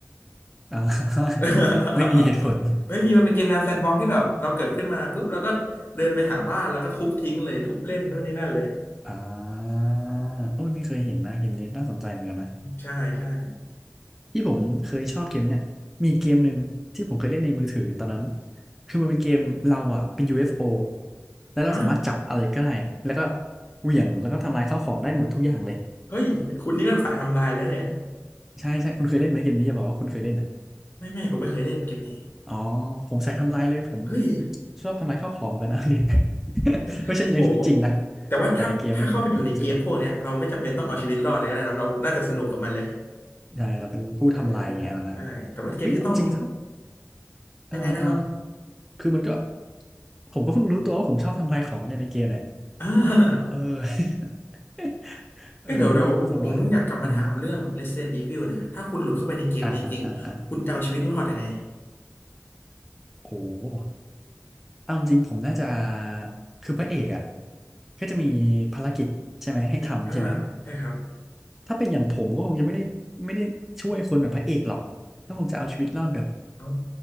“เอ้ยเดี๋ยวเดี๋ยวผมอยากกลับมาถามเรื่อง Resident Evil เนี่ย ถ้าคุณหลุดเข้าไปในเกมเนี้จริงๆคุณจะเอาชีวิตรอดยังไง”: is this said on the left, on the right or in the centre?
Left